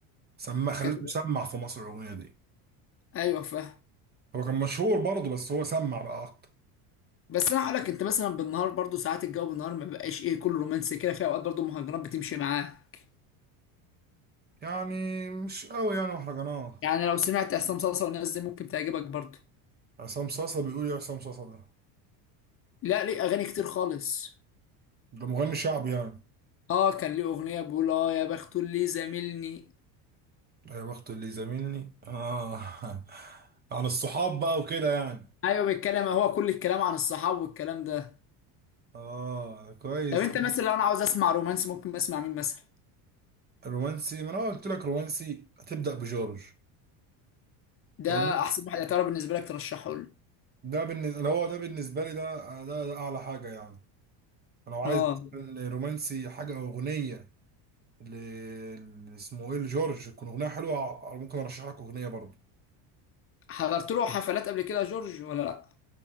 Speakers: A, on the right; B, on the left.
A: سمع خليته
B: كانت
A: يسمع في مصر الأغنية دي
B: ايوه فاهم
A: هو كان مشهور برضه بس هو سمع بقى أكتر
B: بس انا هقول لك انت مثلا بالنهار برضو ساعات الجو بالنهار ما بقاش ايه كله رومانسي كده في اوقات برضو المهرجانات بتمشي معاك
A: يعني مش قوي يعني مهرجانات
B: يعني لو سمعت عصام صاصا والناس دي ممكن تعجبك برضو
A: عصام صاصا بيقول إيه عصام صاصا ده
B: لا ليه اغاني كتير خالص
A: ده مغني شعبي يعني
B: اه كان ليه اغنيه بيقول اه يا بخت اللي زاملني
A: يا بخت اللي زاملني اه <laughs> عن الصحاب بقى وكده يعني
B: ايوه بيتكلم هو كل الكلام عن الصحاب والكلام ده
A: اه كويس
B: طب انت مثلا لو انا عاوز اسمع رومانس ممكن اسمع مين مثلا
A: رومانسي ما انا قلت لك رومانسي هتبدأ بجورج
B: ده
A: ولا
B: احسن واحد يعتبر بالنسبه لك ترشحه لي
A: ده بالنسبة اللي هو ده بالنسبة لي ده ده, ده اعلى حاجة يعني لو عايز
B: اه
A: مثلاً رومانسي حاجة او اغنية ل- اللي اسمه ايه لجورج تكون اغنية حلوة ع- ممكن ارشح لك اغنية برضه
B: حضرت له حفلات قبل كده يا جورج ولا لا